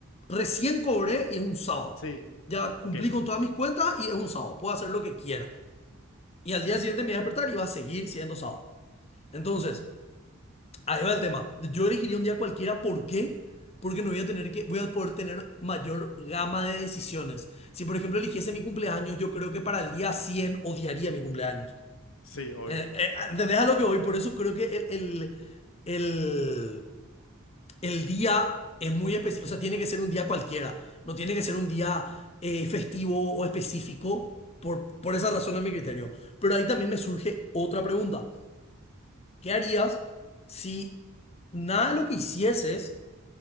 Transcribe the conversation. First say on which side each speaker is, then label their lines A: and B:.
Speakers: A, on the left; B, on the left.
A: recién cobré y es un sábado.
B: Sí,
A: Ya
B: ok.
A: cumplí con todas mis cuentas y es un sábado. Puedo hacer lo que quiera. Y al día siguiente me voy a despertar y va a seguir siendo sábado. Entonces, ahí va el tema. Yo elegiría un día cualquiera. ¿Por qué? Porque no voy a tener que, voy a poder tener mayor gama de decisiones. Si, por ejemplo, eligiese mi cumpleaños, yo creo que para el día 100 odiaría mi cumpleaños.
B: Sí, obvio.
A: Eh, eh, ¿entendés a lo que voy? Por eso creo que el, el, el, el día es muy específico. O sea, tiene que ser un día cualquiera. No tiene que ser un día eh, festivo o específico. Por, por esa razón, a mi criterio. Pero ahí también me surge otra pregunta. ¿Qué harías si nada de lo que hicieses